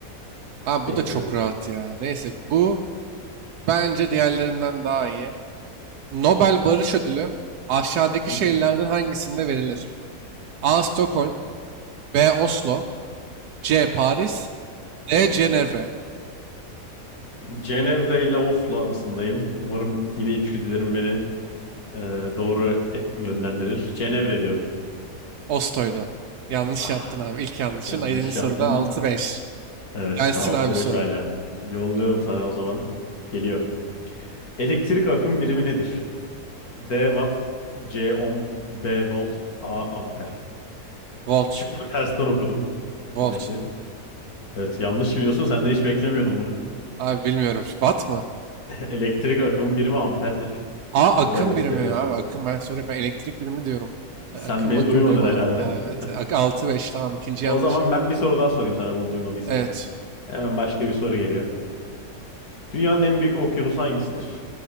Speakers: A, on the right; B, on the left.
A: Abi bu
B: Bekliyorum.
A: da çok rahat ya. Neyse bu bence diğerlerinden daha iyi. Nobel Barış Ödülü aşağıdaki
B: Hı
A: şehirlerden
B: hı.
A: hangisinde verilir? A. Stockholm B. Oslo C. Paris D. Cenevre
B: Cenevre ile Oslo arasındayım. Umarım yine içgüdülerim beni e, doğru et- yönlendirir. Cenevre diyorum.
A: Oslo'ydu. Yanlış
B: Ah
A: yaptın abi. İlk yanlışın.
B: yanlış
A: Ayının soruda
B: yaptım.
A: altı beş.
B: Evet
A: Gelsin
B: altı
A: abi sorun.
B: beş hala. Yolluyorum sana o zaman. Geliyor. Elektrik akım birimi nedir? D watt, C ohm, B volt, A amper.
A: Volt.
B: Şıkları tersten okudum.
A: Volt.
B: ne Neşe. Evet yanlış biliyorsun. Senden hiç beklemiyordum bunu.
A: Abi bilmiyorum. Watt mı?
B: <laughs> Elektrik akımın birimi amperdir.
A: A. Akım
B: Ile gösterilir.
A: birimi ya abi. Akım ben soruyorum. Ben elektrik birimi diyorum. Ben
B: Sen
A: Akım
B: beni
A: makım
B: duymadın
A: duymadım
B: herhalde.
A: bile. abi.
B: <laughs>
A: Evet. Ak- 6-5 tamam. ikinci
B: O
A: yanlışım.
B: zaman ben bir soru daha sorayım sana bunu duymadıysan.
A: Evet.
B: Hemen başka bir soru geliyor. Dünyanın en büyük okyanusu hangisidir?